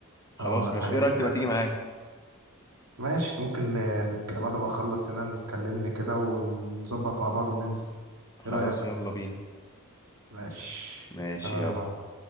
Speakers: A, on the left; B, on the right.
A: خلاص
B: اه الحاجات
A: ماشي ايه رأيك
B: دي
A: تبقى
B: يعني.
A: تيجي معايا
B: ماشي ممكن ن- نك... بعد ما نخلص هنا نكلمني كده ونظبط مع بعض وننزل
A: خلاص
B: ايه رأيك؟
A: يلا بينا
B: ماشي
A: ماشي
B: تمام
A: يلا
B: يا معلم.